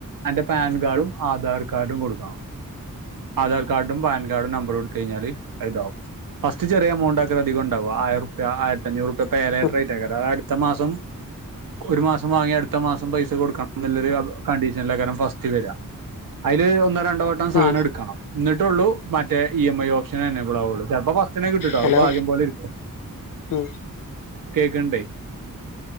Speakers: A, on the right; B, on the left.
A: ആന്റെ പാൻ കാർഡും ആധാർ കാർഡും കൊടുക്കാം ആധാർ കാർഡും പാൻ കാർഡും നമ്പർ കൊടുത്ത് കഴിഞ്ഞാല് അത് ഇതാവും ഫസ്റ്റ് ചെറിയ എമൗണ്ട് ആക്ക ണ്ടാവും ആയിരൂപ്യാ അയിരത്തി അഞ്ഞൂറ് രൂപ്യ പേലെറ്ററ്
B: ഉം
A: <unintelligible> ത്ത മാസം ഒരു മാസം വാങ്ങിയ അടുത്ത മാസം പൈസ കൊടുക്കണ നല്ലൊരു കൺ കണ്ടീഷൻല്ലേകാരം ഫസ് വരിക അയ്ല് ഒന്നോ രണ്ടോ വട്ടം സാനട്ക്കണം
B: ഉം
A: ഇന്നിട്ടൊള്ളൂ മറ്റേ E M I option enable ആവൊള്ളു ചെൽപ്പോ ഫസ്റ്റെന്നെ കിട്ടുട്ടോ
B: ഹലോ
A: അത് ഭാഗ്യം പോലിര്ക്കും
B: ഉം
A: കേക്കിണ്ടേ